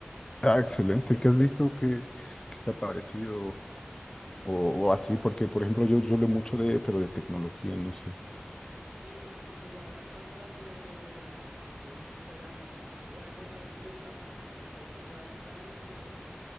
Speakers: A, on the left; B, on the right.
A: Ah, excelente, ¿qué has visto? ¿Qué, qué te ha parecido? O,
B: Es-
A: o así, porque por ejemplo yo, yo leo mucho de, pero de tecnología, no sé.
B: Sí, no, yo sigo hartas cuentas de, de Instagram y, y bueno, a mí me gusta ver YouTube harto. Entonces ahí sigo hartos canales que